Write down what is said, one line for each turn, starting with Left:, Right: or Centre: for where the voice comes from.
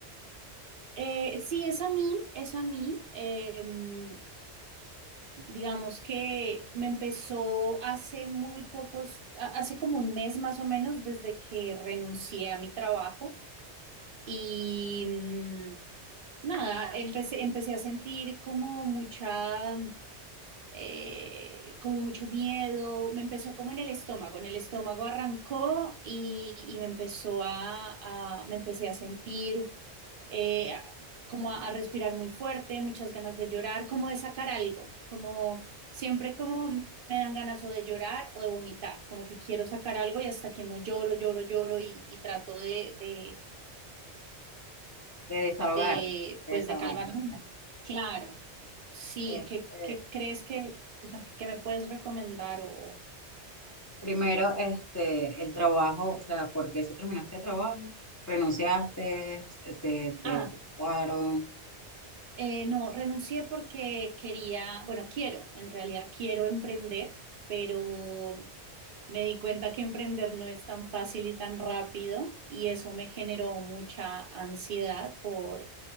Right: eh, sí, es a mí, es a mí. Eh, digamos que me empezó hace muy pocos, a- hace como un mes más o menos desde que renuncié a mi trabajo y mm, nada, empecé, empecé a sentir como mucha... eh, como mucho miedo, me empezó como en el estómago, en el estómago arrancó y, y me empezó a, a- me empecé a sentir eh, a- como a, a respirar muy fuerte, muchas ganas de llorar, como de sacar algo, como siempre como me dan ganas o de llorar o de vomitar, como que quiero sacar algo y hasta que no lloro, lloro, lloro y, y trato de, de
Left: de desahogarte,
Right: de,
Left: de
Right: pues,
Left: desahogarte.
Right: de calmar.
Left: sí,
Right: un-
Left: claro.
Right: Claro, sí,
Left: Este,
Right: ¿qué, qué crees que, o sea, que me puedes recomendar? O,
Left: primero, este, el trabajo, o sea, ¿por qué se terminaste el trabajo? ¿Renunciaste? ¿Te, te, te
Right: ah,
Left: echaron?
Right: eh, no, renuncié porque quería, bueno, quiero, en realidad quiero emprender, pero me di cuenta que emprender no es tan fácil y tan rápido y eso me generó mucha ansiedad por,